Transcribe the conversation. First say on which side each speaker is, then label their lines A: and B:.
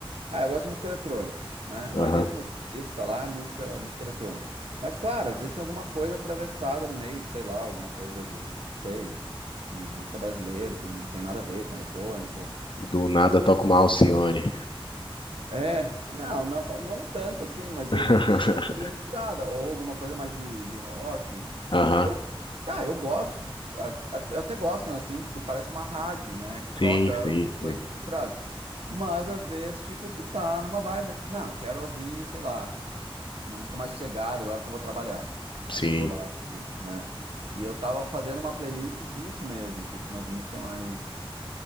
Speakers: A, on the right; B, on the left.
A: Ah, eu gosto de música eletrônica, né? A maioria
B: Aham.
A: dos meus favoritos tá lá, é música, música eletrônica. Mas, claro, às vezes tem alguma coisa atravessada no meio de, sei lá, alguma coisa de, sei, de música brasileira que não tem nada a ver com eletrônico.
B: Do nada toca uma Alcione.
A: É, não, não, não tanto assim, mas
B: <laughs>
A: eh, tem uma coisa bem misturada, ou alguma coisa mais de, de rock.
B: Aham.
A: Eu, ah, eu gosto de, as- at- eu até gosto quando é assim, porque parece uma rádio, né, que toca
B: Sim, sim, sim.
A: coisas misturadas. Mas às vezes, tipo, tu tá numa vibe, né, tipo, não, eu quero ouvir, sei lá, uma música mais sossegada agora que eu vou trabalhar. Aí
B: Sim.
A: vou lá, e- né? E eu tava fazendo uma playlist disso mesmo, tipo, umas músicas mais